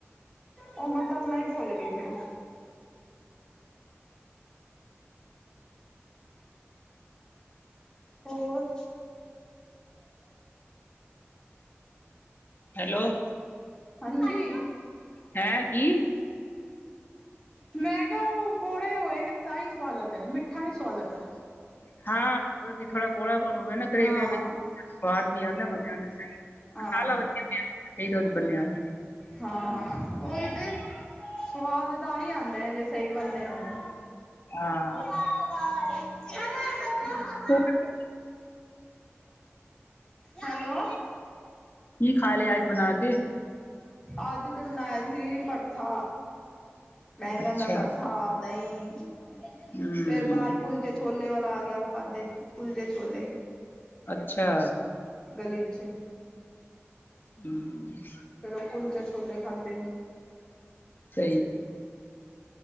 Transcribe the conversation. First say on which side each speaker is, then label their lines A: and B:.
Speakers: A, on the left (about 15°); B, on the left (about 45°).
A: ਓ ਮੈਂ ਤੱਲਨਾ ਹੀ ਭੁੱਲ ਗਈ ਸੀ ਹੋਰ
B: ਹੈਲੋ
A: ਹਾਂਜੀ
B: ਹੈਂ ਕੀ
A: ਮੈਂ ਕਿਹਾ ਉਹ ਕੌੜੇ ਹੋੰਏਗੇ ਤਾਂ ਹੀ ਸਵਾਦ ਲੱਗਦੇ ਨੇ ਮਿੱਠਾ ਨੀ ਸਵਾਦ ਲੱਗਦਾ
B: ਹਾਂ ਉਹਦੇ 'ਚ ਥੋੜਾ ਕੋੜਾ ਪਣ ਹੋਵੇ ਨਾ ਕਰੇਲਿਆਂ
A: ਹਾਂ
B: ਵਿੱਚ, ਸਵਾਦ ਵੀ ਆਂਦਾ ਮਜਾ ਵੀ ਆਂਦਾ
A: ਹਾਂ,
B: ਮਸਾਲਾ ਵਧੀਆ ਪਿਆ ਚਾਈਦਾ ਦੁੱਧ ਬਣਿਆ ਹੋਇਆ
A: ਹਾਂ ਹਾਂ ਉਈ ਤੇ ਸਵਾਦ ਤਾਂ ਹੀ ਆਉਂਦੇ ਨੇ ਜੇ ਸਹੀ ਬਣੇ ਹੋਣ
B: ਹਾਂ
A: <inaudible>
B: ਹ <unintelligible>
A: ਹੈਲੋ
B: ਕੀ ਖਾ ਲਿਆ ਅੱਜ ਬਣਾਕੇ
A: ਅੱਜ ਤੇ ਬਨਾਇਆ ਸੀ ਭਰਥਾ ਬੈਂਗਣ
B: ਅੱਛਾ।
A: ਦਾ ਭਰਥਾ, ਦਹੀਂ
B: ਹੂੰ
A: ਫੇਰ ਬਾਰ ਕੁਲਚੇ ਛੋਲੇ ਵਾਲਾ ਆ ਗਿਆ ਉਹ ਖਾਦੇ ਕੁਲਚੇ ਛੋਲੇ
B: ਅੱਛਾ
A: ਗਲੀ 'ਚ
B: ਹਮ ਹੁੰ
A: ਫੇਰ ਉਹ ਕੁਲਚੇ ਛੋਲੇ ਖਾਦੇ
B: ਸਹੀ